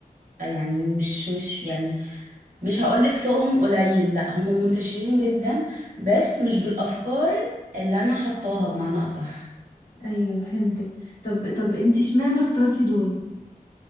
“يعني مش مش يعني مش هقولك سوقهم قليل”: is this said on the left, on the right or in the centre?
Right